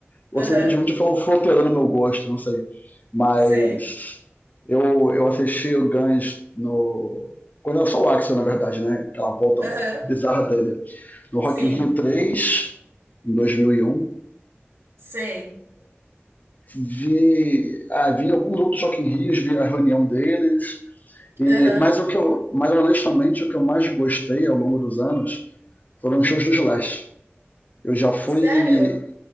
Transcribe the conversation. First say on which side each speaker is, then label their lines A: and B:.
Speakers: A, on the left; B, on the right.
A: ou
B: Aham,
A: simplesmente foi, foi alterando meu gosto, não sei. Mas
B: sei.
A: eu, eu assisti o Guns no... Quando eu sou o Axl, na verdade, né? Aquela volta
B: Aham,
A: bizarra dele. No Rock
B: sim,
A: in Rio 3, em 2001.
B: sei.
A: vi, ah, vi alguns outros Rock in Rios, vi a reunião deles. E,
B: Aham,
A: mas o que eu, mas honestamente, o que eu mais gostei ao longo dos anos foram os shows do Slash. Eu já fui,
B: sério?